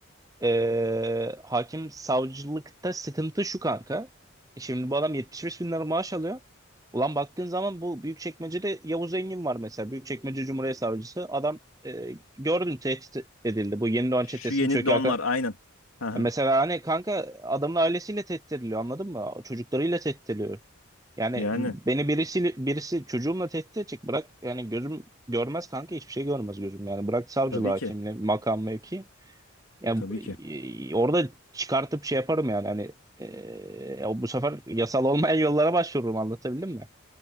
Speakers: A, on the right (about 15°); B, on the left (about 85°).
A: Ee, hakim savcılıkta sıkıntı şu kanka. E Şimdi bu adam 75 bin lira maaş alıyor. Ulan baktığın zaman bu Büyükçekmece'de Yavuz Engin var mesela. Büyükçekmece Cumhuriyet Savcısı. Adam e, gördün tehdit edildi. Bu Yeni Doğan
B: Şu
A: Çetesi'nin
B: yeni
A: çökerken.
B: donlar aynen. Hı hı.
A: E Mesela hani kanka adamın ailesiyle tehdit ediliyor anladın mı? Çocuklarıyla tehdit ediliyor. Yani
B: Yani.
A: beni birisi birisi çocuğumla tehdit edecek bırak yani gözüm görmez kanka hiçbir şey görmez gözüm yani bırak savcılığı
B: Tabii
A: hakimliği
B: ki.
A: makam mevki ya
B: Tabii
A: e,
B: ki.
A: orada çıkartıp şey yaparım yani hani e, ya bu sefer yasal olmayan <laughs> yollara başvururum anlatabildim mi?